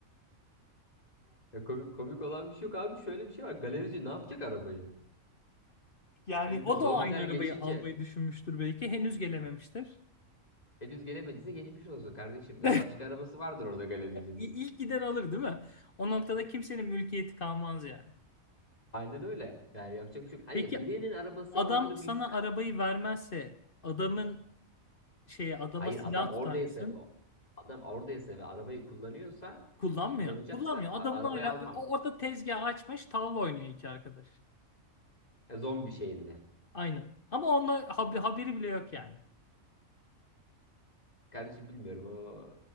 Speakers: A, on the left; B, on the left.
A: Ya komik, komik olan bir şey yok abi. Şöyle bir şey var. Galerici ne yapacak arabayı?
B: Yani
A: Zombi,
B: o
A: zombiler
B: da aynı arabayı
A: geçince
B: almayı düşünmüştür belki. Henüz gelememiştir.
A: henüz gelemediyse geçmiş olsun kardeşim.
B: <laughs>
A: Ya başka arabası vardır orada galericinin.
B: İ- İlk giden alır değil mi? O noktada kimsenin mülkiyeti kalmaz yani.
A: Aynen öyle. Yani yapacak bir şey yok. Hani
B: Peki
A: birinin arabasının
B: adam
A: olduğunu
B: sana
A: bilsen.
B: arabayı vermezse adamın şeye adama
A: Hayır
B: silah
A: adam oradaysa
B: tutar mısın?
A: ve adam oradaysa ve arabayı kullanıyorsa
B: Kullanmıyor.
A: kullanacaksa
B: Kullanmıyor.
A: a-
B: Adamın
A: arabayı
B: hala
A: almam.
B: o- orada tezgah açmış tavla oynuyor iki arkadaş.
A: Ya zombi şeyinde.
B: Aynen. Ama onunla hab- haberi bile yok yani.
A: Kardeşim bilmiyorum o